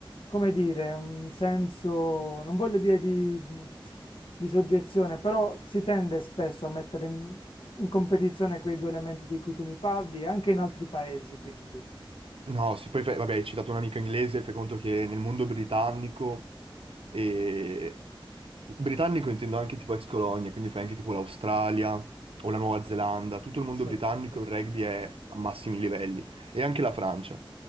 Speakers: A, on the left; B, on the right.
A: come dire, un senso, non voglio dire di, di soggezione, però si tende spesso a mettere in in competizione quei due elementi di cui tu mi parli, anche in altri paesi, quindi.
B: No, sì, poi fai- vabbè, hai citato un amico inglese, fai conto che nel mondo britannico, e... britannico intendo anche tipo ex colonia, quindi fai anche tipo l'Australia o la Nuova Zelanda, tutto il mondo
A: Sì,
B: britannico
A: sì,
B: il rugby è a massimi livelli, e anche la Francia.